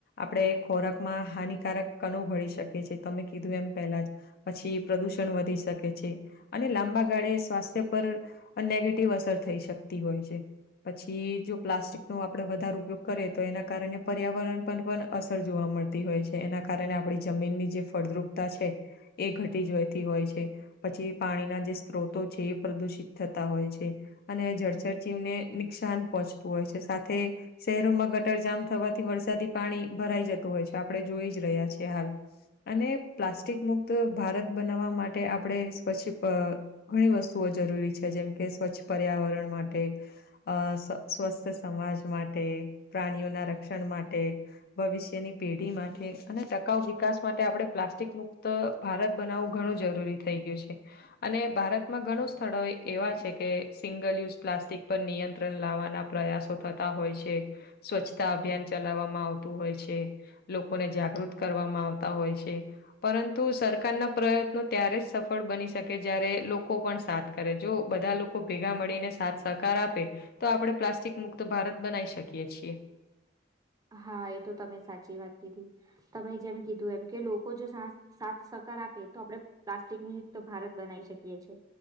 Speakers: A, on the left; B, on the right.
A: આપડે ખોરાકમાં હાનિકારક કણુ <unintelligible> શકીએ છી તમે કીધું એમ પહેલાં જ. પછી પ્રદુષણ વધી શકે છે. અને લાંબા ગાળે સ્વાસ્થ્ય પર <unintelligible> નેગેટિવ અસર થઈ શકતી હોય છે. પછી જો પ્લાસ્ટિક નો આપણે વધારે ઉપયોગ કરીએ તો એના કારણે પર્યાવરણ પર પન અસર જોવા મળતી હોય છે. એના કારણે આપણી જમીની જે ફળદ્રુપતા છે એ ઘટી જોયતી હોય છે. પછી પાણીનાં જે સ્ત્રોતો છે એ પ્રદુષિત થતાં હોય છે. અને એ જળ જીવને નુકસાન પહોંચતું હોય છે સાથે શહેરોમાં ગટરજામ થવાથી વરસાદી પાણી ભરાઈ જતું હોય છે આપડે જોઈ જ રહ્યાં છીએ હાલ. અને પ્લાસ્ટિક મુક્ત ભારત બનાવવાં માટે આપણે સ્વચ્છ અહ ઘણી વસ્તુઓ જરૂરી છે. જેમ, કે સ્વચ્છ પર્યાવરણ માટે અહ સ્વસ્થ સમાજ માટે, પ્રાણીઓના રક ક્ષણ માટે, ભવિષ્યની પેઢી માટે અને ટકાઉ વિકાસ માટે આપણે પ્લાસ્ટિક મુક્ત ભારત બનાવવું ઘણું જરૂરી થઈ ગયું છે. અને ભારતમાં ઘણું સ્થળો એવા છે કે સિંગલ યુઝ પ્લાસ્ટિક પર નિયંત્રણ લાવવાનાં પ્રયાસો થતાં હોય છે. સ્વચ્છતા અભિયાન ચલાવવામાં આવતું હોય છે. લોકોને જાગૃત કરવામાં આવતાં હોય છે. પરંતુ સરકારનાં પ્રયત્નો ત્યારે જ સફળ ળ બની શકે જયારે લોકો પણ સાથ કરે. જો બધાં લોકો ભેગા મળીને સાથ સહકાર આપે તો આપણે પ્લાસ્ટિક મુક્ત ભારત બનાવી છીએ.
B: હા એ તો તમે સાચી વાત કીધી તમે જેમ કીધું એમ કે લોકો જો સા સાથ સહકાર આપે તો આપણે પ્લાસ્ટિક મુક્ત ભારત બનાવી શકીએ છીએ.